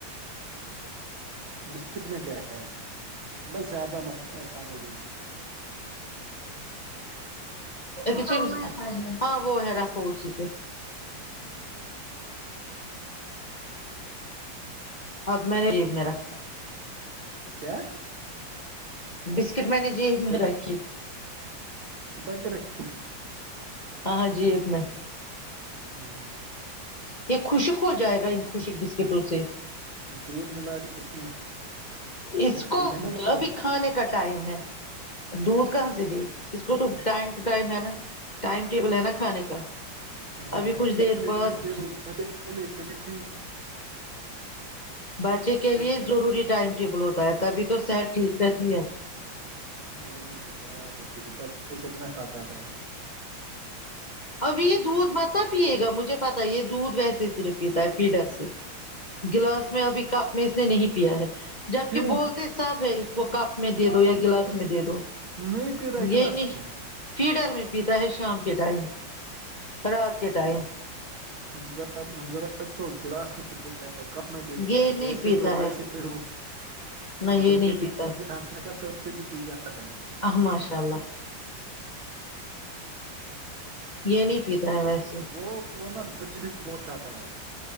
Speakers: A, on the right; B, on the left.
A: بسکٹ میں کیا ہے بس زیادہ مت کھانے دینا
B: کسی ہاں وہ ہے رکھو اسی پہ <unintelligible> اب م نے ج میرا
A: کیا
B: بسکٹ میں نے جیب میں
A: کیا
B: رکھی
A: چھپا کے رکھی
B: زہاں ہاں جیب میں
A: چھلہ
B: یہ خوشک ہو جائے گا ان خوشک بسکٹوں سے
A: دودھ ملا دی اس میں
B: اس کو
A: دودھ ہے نا گھر
B: ابھی
A: میں
B: کھانے کا ٹائم ہے دودھ کہاں سے دے اس کو تو ٹائم ٹائم ہے نا ٹائم ٹیبل ہے نا کھانے کا
A: ٹائم
B: ابھی
A: بچے
B: کچھ دیر
A: کے لیے
B: بعد
A: ٹائم ٹیبل بچے چلے کبھی بھی
B: بچے کے
A: بچ
B: لیے ضروری ٹائم ٹیبل ہوتا ہے تبھی تو صحت ٹھیک رہتی ہے
A: نہیں کیا بچے کی بچہ کتنا کھا پاتا ہے
B: ابھی یہ دودھ مت پیے گا مجھے پتا یہ دودھ ویسے صرف پیتا ہے فیڈر سے گلاس میں ابھی کپ میں اس نے نہیں پیا ہے جبک
A: کیوں
B: بولتے سب ہے اس کو کپ میں دے دو یا گلاس
A: اس
B: میں دے دو
A: نہیں پی رہا ہے
B: یہ
A: گلاس
B: نہیں
A: میں
B: فیڈر میں پیتا ہے شام کے ٹائم رات کے
A: ارے
B: ٹائم
A: ہممظج تو کلاس م <unintelligible> کپ میں پیتا
B: یہ
A: ہے
B: نہیں
A: جیسے
B: پیتا
A: دو ویسے
B: ہے
A: دو
B: نہ
A: وہ
B: یہ
A: کر
B: نہیں
A: کے بھی
B: پیتا
A: جس میں کھانا کھاتا ہے اس سے بھی پی جا آتا ہے
B: ماشاء اللہ یہ نہیں پیتا ہے ویسے
A: وہ وہ نا مرچی بھی بہت کھاتا ہے